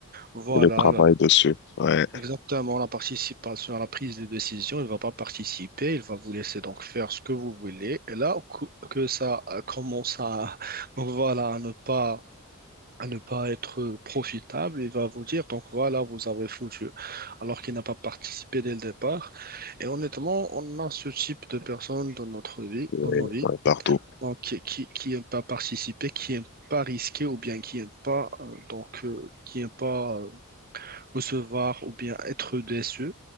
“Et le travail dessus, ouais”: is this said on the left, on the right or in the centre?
Left